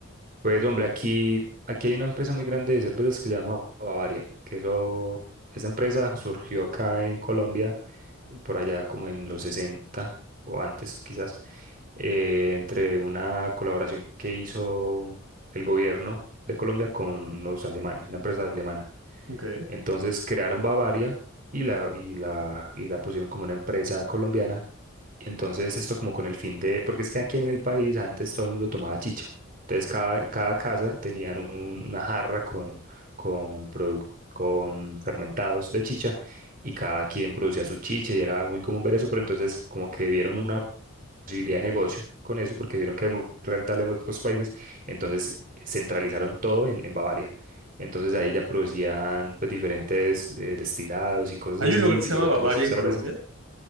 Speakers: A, on the right (about 40°); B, on the right (about 80°).
A: Pues, hombre, aquí, aquí hay una empresa muy grande de cervezas que se llama Bavaria, que eso, esa empresa surgió acá en Colombia, eh, por allá como en los 60 o antes quizás, eh, entre una colaboración que hizo el gobierno de Colombia con los alemanes, una empresa alemana.
B: Ok.
A: Entonces crearon Bavaria y la, y la, y la pusieron como una empresa colombiana. Y entonces esto como con el fin de, porque es que aquí en el país antes todo el mundo tomaba chicha. Entonces cada, cada casa tenían un- una jarra con, con, produc- con fermentados de chicha y cada quien producía su chicha y era muy común ver eso, pero entonces como que vieron una posibilidad de negocio con eso porque vieron que era muy rentable en otros países, entonces centralizaron todo en, en Bavaria. Entonces ahí ya producían pues diferentes eh, destilados y cosas
B: Hay
A: así,
B: un lugar que se
A: y sobre
B: llama Bavaria
A: todo cerveza.
B: en Colombia,